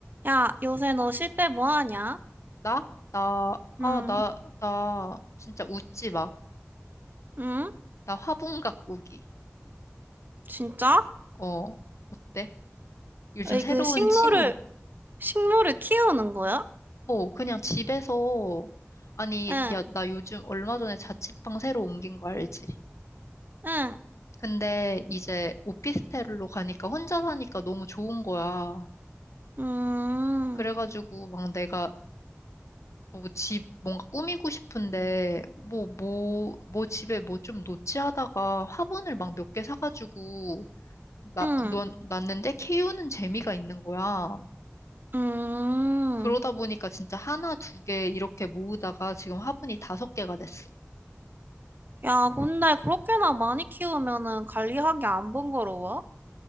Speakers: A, on the right; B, on the left.
A: 야, 요새 너 쉴 때 뭐 하냐?
B: 나? 나, 아,
A: 응,
B: 나, 나, 진짜 웃지 마.
A: 응?
B: 나 화분 가꾸기.
A: 진짜?
B: 어, 어때? 요즘
A: 에이,
B: 새로운
A: 그 식물을,
B: 취미야.
A: 식물을 키우는 거야?
B: 어, 그냥 집에서, 아니,
A: 응,
B: 야, 나 요즘 얼마 전에 자취방 새로 옮긴 거 알지?
A: 응,
B: 근데 이제 오피스텔로 가니까 혼자 사니까 너무 좋은 거야.
A: 음,
B: 그래가지고 막 내가 뭐 집 뭔가 꾸미고 싶은데 뭐 뭐 뭐 집에 뭐 좀 놓지 하다가 화분을 막 몇 개 사가지고 나,
A: 응,
B: 넌, 났는데 KU는 재미가 있는 거야.
A: 음.
B: 그러다 보니까 진짜 하나, 두 개 이렇게 모으다가 지금 화분이 다섯 개가 됐어.
A: 야, 근데 그렇게나 많이 키우면은 관리하기 안 번거로워?